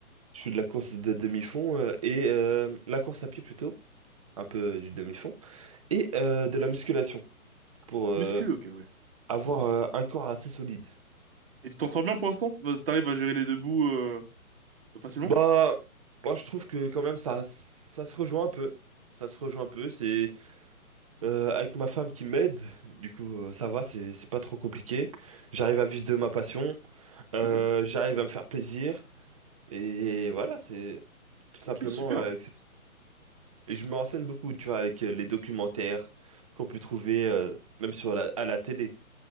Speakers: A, on the right (about 25°); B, on the right (about 40°).
A: Je fais de la course de demi-fond euh, et euh, la course à pied plutôt. un peu du demi-fond, et euh, de la musculation pour euh,
B: Muscu, ok, ouais.
A: avoir euh, un corps assez solide.
B: Et tu t'en sors bien pour l'instant? Vas- T'arrives à gérer les deux bouts euh, facilement?
A: Bah, moi je trouve que quand même ça, ça se rejoint un peu. Ça se rejoint un peu. C'est euh, avec ma femme qui m'aide, du coup euh, ça va, c'est c'est pas trop compliqué. J'arrive à vivre de ma passion, euh,
B: Ok.
A: j'arrive à me faire plaisir, et voilà, c'est tout simplement
B: Ok, super.
A: euh, accepter. Et je me renseigne beaucoup, tu vois, avec euh, les documentaires qu'on peut trouver euh, même sur la, à la télé,